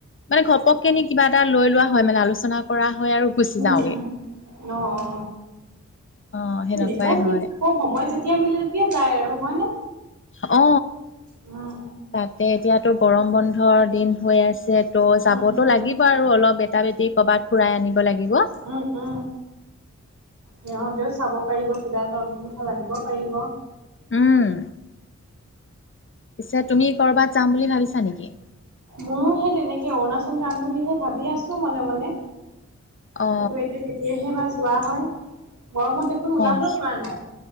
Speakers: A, on the left (about 45°); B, on the right (about 85°).
A: মানে ঘপককে নি কিবা এটা লৈ লোৱা হয় মানে আলোচনা কৰা হয় আৰু গুচি
B: উম
A: যাওঁগে
B: উম, অ অ,
A: অ সেনেকুৱাই
B: তেনেকুৱাই ঠিক
A: হয়
B: অ' সময় যেতিয়া মিলে তেতিয়া যায় আৰু হয়নে?
A: অ।
B: উম।
A: তাতে এতিয়াতো গৰম বন্ধৰ দিন হৈ আছে ত' যাবতো
B: উম উম
A: লাগি ব‌ আৰু অলপ বেটা বেটিক ক'ৰবাত ফুৰাই আনিব লাগিব।
B: অ অ। সিহঁতেও চাব পাৰিব, কিবা এটা নতুন কথা জানিব পাৰিব।
A: উম। পিছে তুমি ক'ৰবাত যাম বুলি ভাবিছা নেকি?
B: ময়ো সেই তেনেকে অৰুণাচল যাম বুলিহে ভাবি আছোঁ মনে মনে।
A: অ
B: কিন্তু এতিয়া কেতিয়াহে বা যোৱা হয় গৰমত দেখোন ওলাবই
A: অ
B: পৰা নাই।